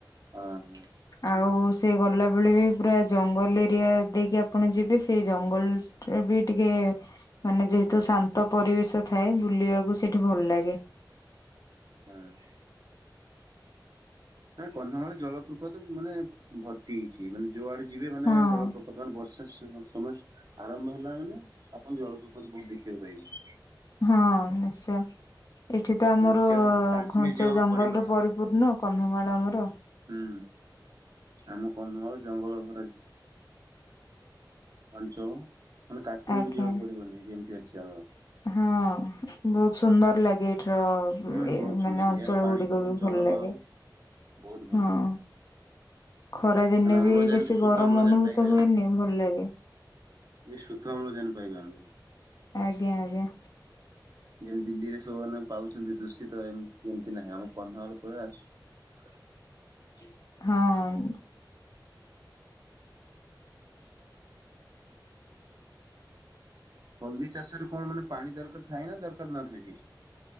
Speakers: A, on the right; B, on the left.
A: ହଁ ହଁ।
B: ଆଉ ସେ ଗଲାବେଳେ ବି ପୁରା ଜଙ୍ଗଲ ଏରିଆ ଦେଇକି ଆପଣ ଯିବେ ସେଇ ଜଙ୍ଗଲ। ଏବେ ଟିକେ ମାନେ ଯେହେତୁ ଶାନ୍ତ ପରିବେଶ ଥାଏ ବୁଲିବାକୁ ସେଠି ଭଲ ଲାଗେ।
A: ହୁଁ। ନା କନ୍ଧମାଳରେ ଜଳପ୍ରପତ ମାନେ ଭର୍ତ୍ତି ହେଇଚି, ମାନେ ଯୁଆଡ଼େ ଯିବେ ମାନେ
B: ହଁ
A: ଜଳପ୍ରପ। ବର୍ତ୍ତମାନ ବର୍ଷା ସମୟ ଆରମ୍ଭ ହେଲା ମାନେ ଆପଣ ଜଳପ୍ରପାତ ବହୁତ ଦେଖିବାକୁ ପାଇବେ।
B: ହଁ ନିଶ୍ଚୟ। ଏଠି ତ ଆମର
A: ମାନେ କିଛି ଆଉ କାଶ୍ମୀର
B: ଘଞ୍ଚ
A: ଯିବାକୁ
B: ଜଙ୍ଗଲରେ
A: ପଡିବନି ଆଉ
B: ପରିପୂର୍ଣ୍ଣ କନ୍ଧମାଳ ଆମର।
A: ହୁଁ, ଆମ କନ୍ଧମାଳ ଜଙ୍ଗଲ ଘରେ। ଅଞ୍ଚଳ, ମାନେ କାଶ୍ମୀର
B: ଆଜ୍ଞା
A: କୁ ଯିବାକୁ ପଡିବନି ଯେମିତି ଅଛି ଆମର।
B: ହଁ, ବହୁତ ସୁନ୍ଦର ଲାଗେ ଏଠି। ତଳ-
A: ହୁଁ
B: ଏ
A: ବହୁତ
B: -ମାନେ
A: ସୁନ୍ଦର
B: ଅଞ୍ଚଳ
A: ୟାର ପାଣି
B: ଗୁଡିକ
A: ପବନ
B: ବି
A: ଜଳବାୟୁ
B: ଭଲ ଲାଗେ
A: ବହୁତ ଭଲ।
B: ହଁ। ଖରା ଦିନେ
A: ମାନେ ଅମ୍ଳଜାନ
B: ବି ବେଶୀ
A: ଶୁଦ୍ଧ
B: ଗରମ
A: ଅମ୍ଳଜାନ
B: ଅନୁଭୂତ
A: ପାଇବେ
B: ହୁଏନି
A: ଆଉ
B: ଭଲ ଲାଗେ।
A: ଏ ଶୁଦ୍ଧ ଅମ୍ଳଜାନ ପାଇବା ଆମେ।
B: ଆଜ୍ଞା ଆଜ୍ଞା।
A: ଯେମିତି ଦିଲ୍ଲୀରେ ସବୁମାନେ ପାଉଚନ୍ତି ଦୂଷିତ ଏ ଏମିତି ନାହିଁ ଆମ କନ୍ଧମାଳ ପ୍ରୟାସ। ହ।
B: ହଁ।
A: ହଳଦୀ ଚାଷରେ କଣ ମାନେ ପାଣି ଦରକାର ଥାଏ ନା ଦରକାର ନ ଥାଏ ଯେ?